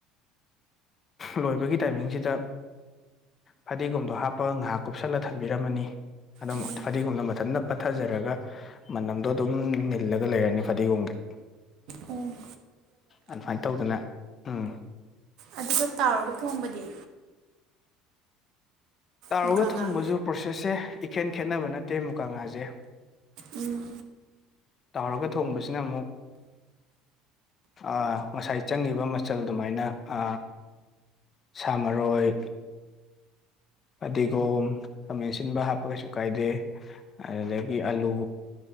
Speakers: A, on the left; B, on the right.
A: ꯂꯣꯏꯕꯒꯤ ꯇꯥꯏꯃꯤꯡꯁꯤꯗ ꯐꯗꯤꯒꯣꯝꯗꯣ ꯍꯥꯞꯄꯒ ꯉꯥꯏꯍꯥꯛ ꯀꯨꯞꯁꯜꯂ ꯊꯝꯕꯤꯔꯝꯃꯅꯤ ꯑꯗꯨ ꯑꯃꯨꯛ
B: ꯎꯝ
A: ꯐꯗꯤꯒꯣꯝꯅ ꯃꯊꯟꯇ ꯄꯠꯊꯖꯔꯒ ꯃꯅꯝꯗꯣ ꯑꯗꯨꯝ ꯅꯤꯜꯂꯒ ꯂꯩꯔꯅꯤ ꯐꯗꯤꯒꯣꯝꯒꯤ
B: ꯎꯝ
A: ꯑꯗꯨꯃꯥꯏꯅ ꯇꯧꯗꯅ ꯎꯝ
B: ꯑꯗꯨꯒ ꯇꯥꯎꯔꯒ ꯊꯣꯡꯕꯗꯤ
A: ꯇꯥꯎꯔꯒ
B: ꯑꯃꯨꯛꯀ ꯉꯥꯛ
A: ꯊꯣꯡꯕꯁꯨ ꯄ꯭ꯔꯣꯁꯦꯁꯁꯦ ꯏꯈꯦꯟ ꯈꯦꯠꯅꯕ ꯅꯠ ꯇꯦ ꯃꯨꯀꯉꯥꯁꯦ
B: ꯎꯝ
A: ꯇꯥꯎꯔꯒ ꯊꯣꯡꯕꯁꯤꯅ ꯑꯃꯨꯛ ꯑ ꯉꯁꯥꯏ ꯆꯪꯉꯤꯕ ꯃꯆꯜ ꯑꯗꯨꯃꯥꯏꯅ ꯑ ꯁꯥ ꯃꯔꯣꯏ ꯐꯗꯤꯒꯣꯝ ꯈꯥꯃꯦꯟꯑꯁꯤꯟꯕ ꯍꯥꯞꯄ ꯀꯩꯁꯨ ꯀꯥꯏꯗꯦ ꯑꯗꯨꯗꯒꯤ ꯑꯥꯂꯨ